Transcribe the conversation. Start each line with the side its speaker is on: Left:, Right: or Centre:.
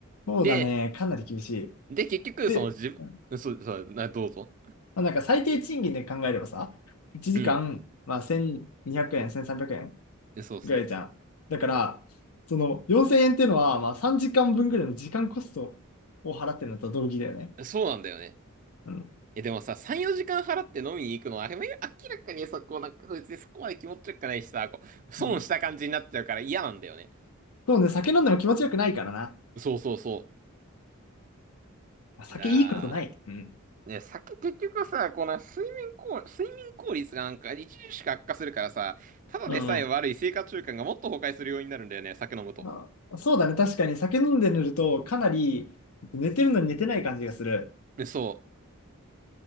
Left: そうだね。
Right: で、
Left: かなり厳しい。
Right: で、結局、
Left: で、
Right: その自分、
Left: うん
Right: そう、そう、な、どうぞ。
Left: まあ、なんか最低賃金で考えればさ、1時間、
Right: うん。
Left: まあ、1200円、1300円
Right: そうそ
Left: ぐらいじゃん。だから、その4000円っていうのは、まあ、3時間分ぐらいの時間コストを払ってるのと同義だよね。
Right: う。そうなんだよね。
Left: うん。
Right: え、でもさ、3、4時間払って飲みに行くのは、あれ明らかにさ、こう、なんか、別にそこまで気持ちよくないしさ、こう、損した感じになっちゃうから嫌なんだよね。
Left: うん。そうね、酒飲んでも気持ちよくないからな。
Right: そうそうそ
Left: あ酒いいことない。
Right: う。なあ。
Left: うん。
Right: ね、酒結局さ、この睡眠効、睡眠効率がなんか著しく悪化するからさ、ただでさえ悪い生活習慣がもっと崩壊するようになるんだよね、
Left: うん。
Right: 酒飲むと。
Left: あ、そうだね、確かに酒飲んで寝ると、かなり寝てるのに寝てない感じがする。
Right: え、そ